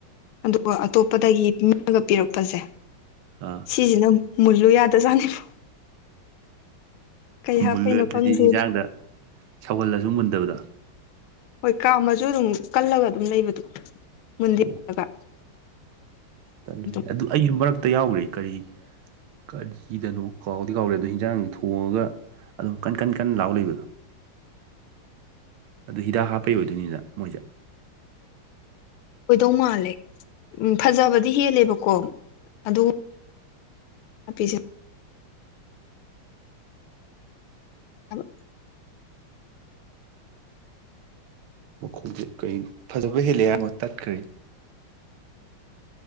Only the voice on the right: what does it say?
ꯑꯥ
ꯃꯨꯜꯂꯦꯇꯗꯤ
ꯌꯦꯟꯖꯥꯡꯗ ꯁꯧꯍꯜꯂꯁꯨ ꯃꯨꯟꯗꯕꯗꯣ
ꯑꯣ ꯇꯜꯂꯤ
ꯑꯗꯨ ꯑꯩꯁꯨ ꯃꯔꯛꯇ ꯌꯥꯎꯒ꯭ꯔꯦ ꯀꯔꯤ ꯀꯔꯤꯗꯅꯣ ꯀꯥꯎꯗꯤ ꯀꯥꯎꯔꯦ ꯑꯗꯣ ꯍꯤꯟꯖꯥꯡꯗꯤ ꯊꯣꯡꯉꯒ ꯑꯗꯨꯝ ꯀꯟ ꯀꯟ ꯀꯟꯅ ꯂꯥꯎ ꯂꯩꯕꯗꯣ ꯑꯗꯨ ꯍꯤꯗꯥꯛ ꯍꯥꯞꯄꯩ ꯑꯣꯏꯗꯣꯏ ꯅꯤꯗꯅ ꯃꯣꯏꯁꯦ
ꯃꯈꯣꯡꯁꯦ ꯀꯩ ꯐꯖꯕ ꯍꯦꯜꯂꯦ ꯍꯥꯏꯔꯝꯃꯥ ꯑꯃꯨꯛ ꯇꯠꯈ꯭ꯔꯦ